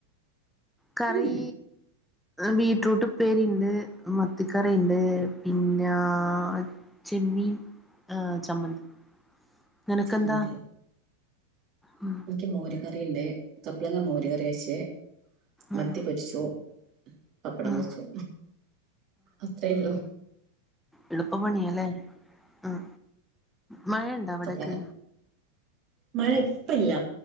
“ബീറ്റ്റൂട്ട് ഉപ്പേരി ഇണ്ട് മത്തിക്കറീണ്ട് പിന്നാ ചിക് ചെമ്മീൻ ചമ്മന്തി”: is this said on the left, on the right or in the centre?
Centre